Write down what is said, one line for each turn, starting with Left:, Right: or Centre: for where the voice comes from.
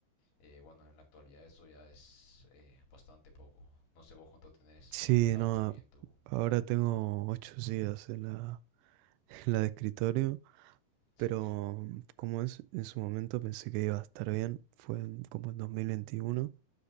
Left: eh, bueno, en la actualidad eso ya es eh, bastante poco. No sé vos cuánto tenés
Right: Sí,
Left: en tu laptop
Right: no,
Left: y en tu...
Right: ahora tengo 8 gigas en la, <laughs> en la de escritorio,
Left: Sí,
Right: pero como es, en su momento pensé que iba a estar bien, fue en- como en 2021,